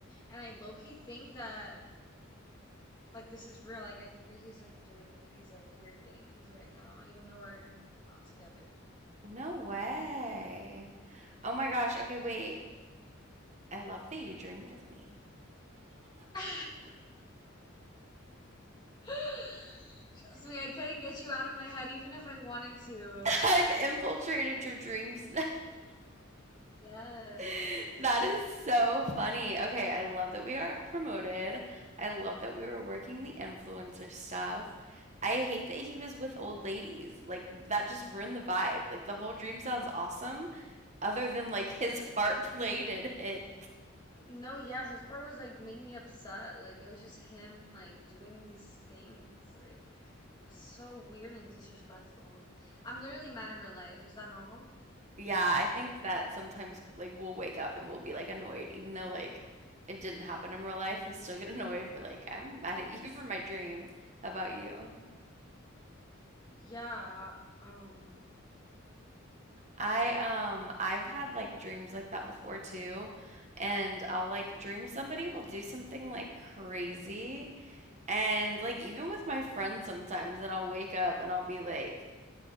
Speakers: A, on the left; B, on the right.
A: and I low-key think that like this is real. Like I think that he's like doing these like weird things right now, even though we're not together.
B: No way. Oh my gosh. Okay, wait. I love that you dreamed of me.
A: <laughs> Trust me, I couldn't get you out of my head even if I wanted to.
B: <laughs> I've infiltrated your dreams
A: Yes.
B: <laughs> That is so funny. Okay, I love that we are promoted. I love that we were working the influencer stuff. I hate that he was with old ladies. Like, that just ruined the vibe. Like, the whole dream sounds awesome, other than like <laughs> his part played in it.
A: No, yeah, his part was like made me upset. Like it was just him like doing these things. Like it was so weird and disrespectful. I'm literally mad in real life. Is that normal?
B: Yeah, I think that sometimes like we'll wake up and we'll be like annoyed, even though like it didn't happen in real life. We still get <laughs> annoyed. We're like, I'm mad at you <laughs> for my dream. about you?
A: Yeah. Um,
B: I um I've had like dreams like that before too. And I'll like dream somebody will do something like crazy and like even with my friends sometimes and I'll wake up and I'll be like,